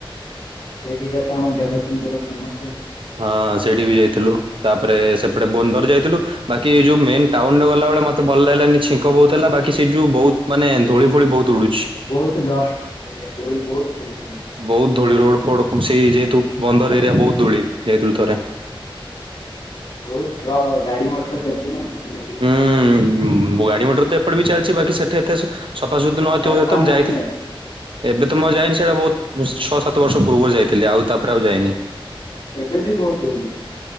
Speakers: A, on the left; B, on the right.
A: ସେଇ ଦିଇଟା ତ ଆମ ଜଗତସିଂହପୁରର ଫେମସ ଆଉ।
B: ହଁ ସେଇଠି ବି ଯାଇଥିଲୁ। ତାପରେ ସେପଟେ ବନ୍ଦର ଯାଇଥିଲୁ। ବାକି ଏ ଯୋଉ ମେନ୍ ଟାଉନ୍ ରେ ଗଲାବେଳେ ମତେ ଭଲ ଲାଗିଲାନି ଛିଙ୍କ ବହୁତ୍ ହେଲା ବାକି ସେଇଠ୍ ଯୋଉ ବହୁତ୍ ମାନେ ଧୂଳି ଫୂଳି ବହୁତ୍ ଉଡୁଛି।
A: ବହୁତ୍ ଡଷ୍ଟ୍ ଏରିଆ ଧୂଳି ବହୁତ ସେଠି ଧୂଳି।
B: ବହୁତ୍ ଧୂଳି ରୋଡ ଫୋଡ ସେଇ ଯେହେତୁ ବନ୍ଦର ଏରିଆ ବହୁତ୍ ଧୂଳି ଯାଇଥିଲୁ ଥରେ।
A: ବହୁତ୍ ଟ୍ରକ୍ ଗାଡି ମଟର ଚାଲିଛି ନା ସେଥିଲାଗି ବହୁତ
B: ହୁଁ ଗାଡି ମଟର ତ ଏପଟ ବି ଚାଲିଛି ବାକି ସେଠି ଏତେ ସୁ ସଫାସୁତୁ ନ ହେଇଥିବ
A: ସଫା
B: ତ ମୁଁ
A: ନାହିଁ
B: ଯାଇଥି
A: ଆଉ
B: ଏବେ ତ ମୁଁ ଆଉ ଯାଇନି ସେଇଟା ବହୁତ୍ ଛଅ ସାତ ବର୍ଷ ପୂର୍ବରୁ ଯାଇଥିଲି ଆଉ ତାପରେ ଆଉ ଯାଇନି।
A: ଏବେ ବି ବହୁତ୍ ଧୂଳି।